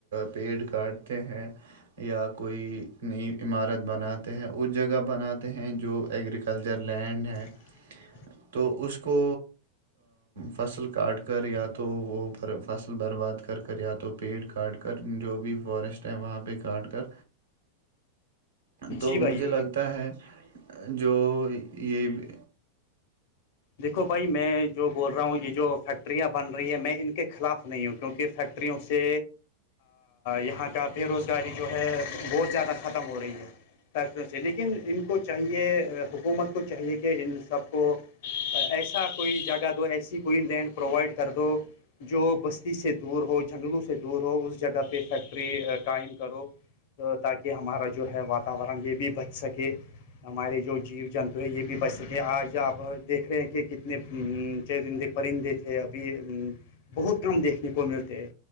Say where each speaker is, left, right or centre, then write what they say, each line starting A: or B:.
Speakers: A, on the right; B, on the left.
A: پیڑ کاٹتے ہیں یا کوئی نئی عمارت بناتے ہیں وہ جگہ بناتے ہیں جو ایگریکل کلچر لینڈ ہے
B: <inaudible>
A: تو اس کو فصل کاٹ کر یا
B: <inaudible>
A: پر فصل برباد کر کر یا تو پیڑ کاٹ کر جو بھی فورسٹ ہے وہاں پہ کاٹ کر تو
B: جی بھائی
A: مجھے لگتا ہے جو یہ بھی
B: دیکھو بھائی میں جو بول رہا ہوں یہ جو فیکٹریاں بن رہی ہیں میں ان کے خلاف نہیں ہو کیونکہ فیکٹریوں سے یہاں کا بے روزگاری جو ہے بہت زیادہ ختم ہو رہی ہے فیکروں سے لیکن ان کو چاہیے حکومت کو چاہیے کہ ان سب کو ایسا کوئی جگہ دو ایسی کوئی لینڈ پرووائڈ کر دو جو بستی سے دور ہو جنگلوں سے دور ہو اس جگہ پہ فیکٹری قائم کرو تاکہ ہمارا جو ہے واتاورن یہ بھی بچ سکے ہمارے جو جیو جنتو ہے یہ بھی بچ سکے آج اب دیکھ رہے ہیں کہ کتنے چندے پرندے تھے ابھی بہت کم دیکھنے کو ملتے ہیں